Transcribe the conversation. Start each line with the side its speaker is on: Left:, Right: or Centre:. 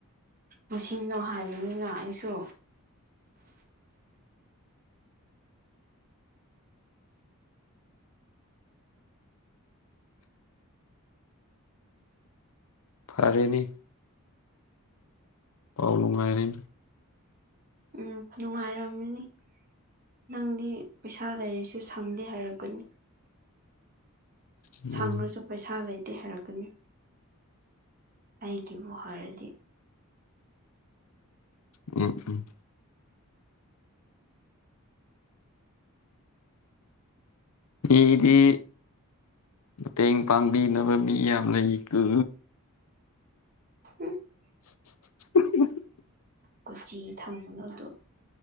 Right: ꯃꯁꯤꯅꯣ ꯍꯥꯏꯕꯅꯤꯅ ꯑꯩꯁꯨ
Left: ꯐꯔꯦꯅꯦ ꯄꯥꯎ ꯅꯨꯡꯉꯥꯏꯔꯤ
Right: ꯎꯝ ꯅꯨꯡꯉꯥꯏꯔꯝꯃꯤꯅꯤ ꯅꯪꯗꯤ ꯄꯩꯁꯥ ꯂꯩꯔꯁꯨ ꯁꯪꯗꯦ ꯍꯥꯏꯔꯛꯀꯅꯤ
Left: ꯎꯝ
Right: ꯁꯪꯔꯁꯨ ꯄꯩꯁꯥ ꯂꯩ ꯇꯦ ꯍꯥꯏꯔꯛꯀꯅꯤ ꯑꯩꯒꯤꯕꯨ ꯍꯥꯏꯔꯗꯤ
Left: ꯎꯝ ꯎꯝ ꯃꯤꯗꯤ ꯃꯇꯦꯡ ꯄꯥꯡꯕꯤꯅꯕ ꯃꯤ ꯌꯥꯝ ꯂꯩꯀꯨ
Right: <unintelligible>
Left: <unintelligible>
Right: ꯀꯣꯆꯤ ꯊꯝꯒꯅꯣꯗꯣ